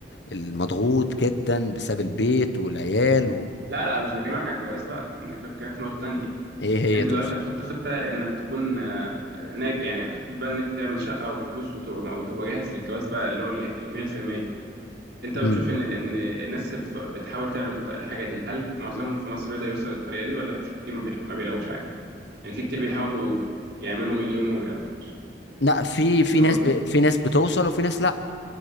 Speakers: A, on the left; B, on the right.
A: المضغوط جدا بسبب البيت والعيال و...
B: لا لا مش بكلمك على الجواز بقى أنا كنت بكلمك في نقطة تانية
A: ايه هي
B: انت دلوقتي
A: تقصد
B: هتحط خطه انك تكون آه، ناج يعني خطه بقى انك تعمل شقه وفلوس وتبقى وتبقى جاهز للجواز بقى اللي هو الج- ال 100% انت بتشوف
A: امم
B: ان ان الناس اللي بتف- بتحاول تعمل الط- الحاجه دي هل معظمهم في مصر بيقدر يوصل للطريقه دي ولا في كتير ما بيح- ما بيلاقوش عادي يعني في كتير بيحاولوا يعملوا مليون وما بيعرفوش
A: لا في في
B: فاهم
A: ناس
B: قصدي
A: ب... في ناس بتوصل وفي ناس لا